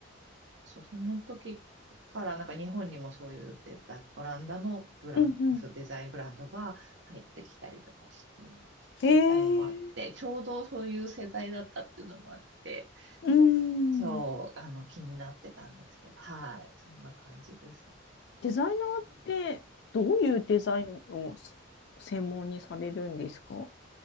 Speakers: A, on the right; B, on the left.
A: そう、その時からなんか日本にもそういうデたオランダのブランド、
B: うんう
A: そうデザインブランドが入ってきたりとかしていったのもあって、
B: んえー。
A: ちょうどそういう世代だったっていうのもあって、
B: うん、
A: うんそう、あの、気になってたんですけど、はい、そんな感じですね。
B: デザイナーっ
A: うん
B: てどういうデザインをさ専門にされるんですか